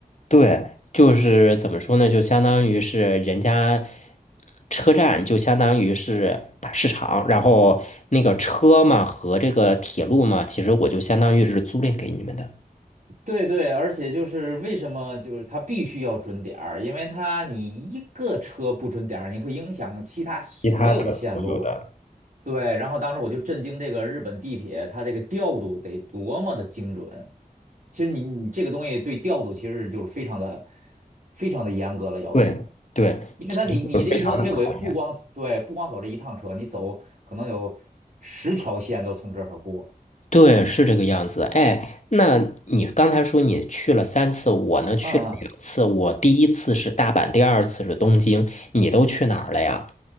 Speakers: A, on the left (about 50°); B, on the right (about 65°).
A: 对，就是怎么说呢？就相当于是人家车站，就相当于是大市场，然后那个车嘛和这个铁路嘛，其实我就相当于是租赁给你们的。
B: 对对，而且就是为什么就是它必须要准点儿，因为它你一个车不准点儿，你会影响其他所有的线路。
A: 其他的所有的，
B: 对，然后当时我就震惊这个日本地铁，它这个调度得多么的精准。其实你你这个东西对调度其实是就是非常的非常的严格了要求，
A: 对对，
B: 因为它你你这一条铁轨不光对不光走这一趟车，
A: 其实就是非常的考验。
B: 你走可能有十条线都从这儿过。
A: 对，是这个样子。哎，那你刚才说你去了三次，我呢去了两次。
B: 嗯嗯
A: 我第一次是大阪，第二次是东京，你都去哪儿了呀？